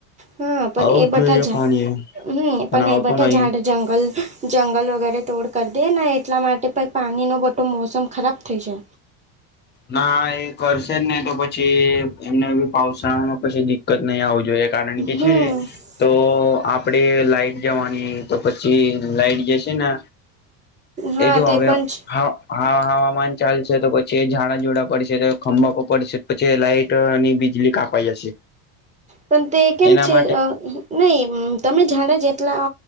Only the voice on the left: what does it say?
આવું
જોઈએ
પાણી
આવતો
નહી
ના એ કરશે નહી તો પછી એમને બી પાાવસાળામાં પછી દિકકત નહી આવ જોઈએ. કારણ કે
છે ને તો આપડે લાઈટ જવાની તો પછી લાઈટ જશે ને.
એ જો
હવે
હવામાન ચાલશે તો પછી એ જોડા પડશે તો ખંભા પર પડશે પછી લાઈટ અને બીજળી કાપાઈ જશે.
એના
માટે